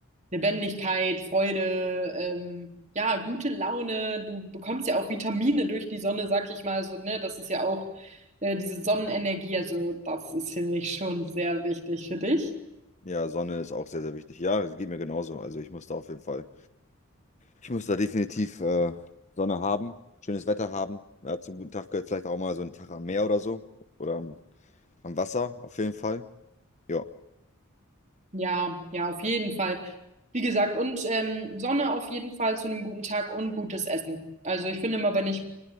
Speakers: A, on the right (about 35°); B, on the left (about 35°).
A: Lebendigkeit, Freude, ähm, ja, gute Laune. Du bekommst ja auch Vitamine durch die Sonne, sag ich mal so, ne? Das ist ja auch äh, diese Sonnenenergie, also das ist für mich schon sehr wichtig für dich.
B: Ja, Sonne ist auch sehr, sehr wichtig. Ja, es geht mir genauso. Also ich muss da auf jeden Fall Ich muss da definitiv äh, Sonne haben, schönes Wetter haben. Ja, zum guten Tag gehört vielleicht auch mal so ein Tag am Meer oder so. Oder am, am Wasser auf jeden Fall. Ja,
A: Ja, ja, auf jeden Fall. Wie gesagt, und ähm, Sonne auf jeden Fall zu einem guten Tag und gutes Essen. Also ich finde immer, wenn ich